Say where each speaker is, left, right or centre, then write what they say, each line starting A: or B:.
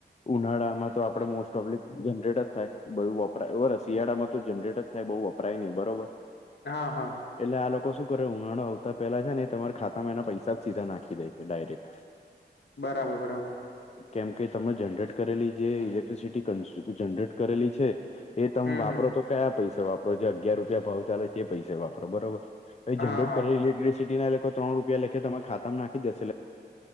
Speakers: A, on the left (about 40°); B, on the left (about 80°).
A: ઉનાળામાં તો આપડે મોસ્ટ ઓફલી જનરેટ જ થાય બધુ, વપરાય <unintelligible> શિયાળામાં તો જનરેટ જ થાય બહુ વપરાય નહીં, બરોબર?
B: હા, હા.
A: એટલે આ લોકો શું કરે ઉનાળો આવતા પહેલા છે ને ઈ તમારા ખાતામાં એના પૈસા જ સીધા નાખી દે છે ડાયરેક્ટ.
B: બરાબર-બરાબર.
A: કેમ કે તમે જનરેટ કરેલી જે ઇલેક્ટ્રિસિટી કસ જનરેટ કરેલી છે એ તમ
B: હમ
A: વાપરો
B: હમ
A: તો કયા પૈસે વાપરો? જે અગિયાર રૂપિયા ભાવ ચાલે છે એ પૈસે વાપરો, બરોબર? એ
B: હા
A: જનરેટ
B: હા
A: કરેલી ઇલેક્ટ્રિસટી ના એ લોકો ત્રણ રૂપિયા લેખે તમે ખાતામાં નાખી દશે